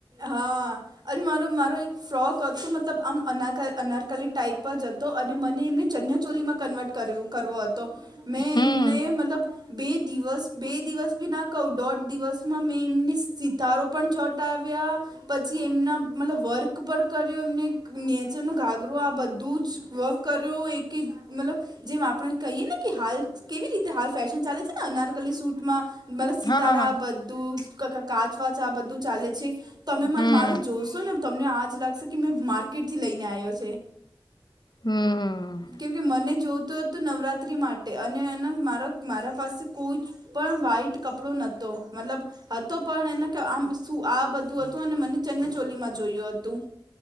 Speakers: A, on the right (about 55°); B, on the left (about 55°).
A: હા અરે મારો મારો એક ફ્રોક હતો મતલબ આમ અના અનારકાલી ટાઈપ જ હતો. તો અને મને એમને ચન્યા ચોલીમાં કન્વર્ટ કર્યો કરવો હતો. તો મેં
B: હમ
A: એમને મતલબ બે દિવસ બે દિવસ ભી ના કહું દોઢ દિવસ માં મેં એમને સિતારો પણ ચોંટાવ્યા. પછી એમના મતલબ વર્ક પર કર્યો એમને નેચે ન ગાગરો આ બધું જ વર્ક કર્યો એક એક મતલબ જેમ આપણે કહીયએ ને કે હાલ કેવી રીતે હાલ ફેશન ચાલે છે ને અનારકલી સૂટમાં મલ સિતારા
B: હા હા
A: બધું કાચ વાચ આ બધું ચાલે છે. તમે મને
B: હા હમ
A: મારો જોશો ને તમને આજ લાગશે કે મેં માર્કેટ થી લઈને આવ્યો છે.
B: હમ.
A: કેમ કે મને જોતું હતું નવરાત્રિ માટે અને એના મારા મારા પાસે કોઈ જ પણ વ્હાઈટ કપડો નહોતો મતલબ. હતો પણ એને આમ શું આ બધું હતું અને મને ચનચોલીમાં જોયું હતું.